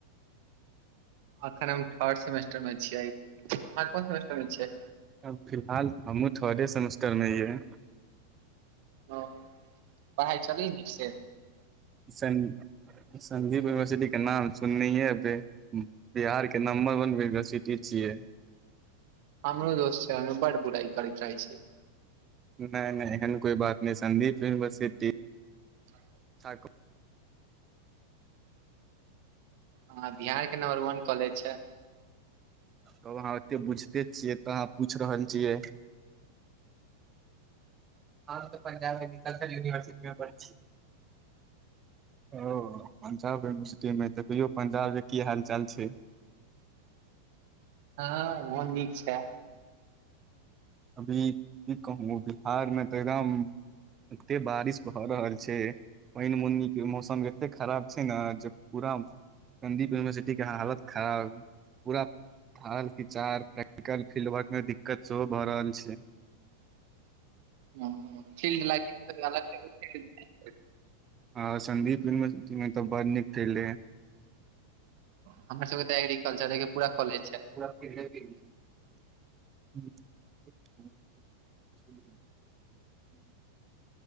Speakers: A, on the right; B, on the right.
A: अखन हम थर्ड सेमेस्टर मे छियै अहाँ कोन सेमेस्टर मे छियै
B: अब फिलहाल हमहुँ थर्डे सेमेस्टरमे है।।
A: ओ पढ़ाई चले या निक से।
B: संदीप यूनिवर्सिटी के नाम सुननैये हेबै बिहारके। नंबर वन यूनिवर्सिटी छियै।
A: हमरो दोस्त छै हममे बड बुराई करै चाहै छै।
B: नहि नहि एहन कोइ बात नहि सदीप यूनिवर्सिटी।
A: आ
B: साक
A: हँ
B: <unintelligible>
A: बिहार के नम्बर वन कॉलेज छै
B: तब अहाँ एते बुझते छियै ए तऽ अहाँ पूछि रहल छियै। हम तऽ पंजाब एग्रीकल्चर यूनिवर्सिटी मे पढ़ छी
A: <inaudible>
B: ओ पंजाब यूनिवर्सिटीमे देखियौ पंजाब के कि हाल चाल छै।
A: ह ओहो नीक छै।
B: अभी की कहू बिहारमे तऽ एकदम। एते बारिश भऽ रहल छै पैन बुन्नी मौसम। ते खराब छै ने जे पूरा संदीप यूनिवर्सिटी के हालत खराब। पूरा हालचार प्रैक्टिकल फील्ड वर्क में दिक्कत सेहो भ रहल छै। <inaudible>
A: ह फील्ड लाग अ
B: ह संदीप यूनिवर्सिटी बड़ नीक फले
A: अहाँ सभके तऽ एग्रीकल्चर के पूरा कॉलेज छै
B: ह। <inaudible>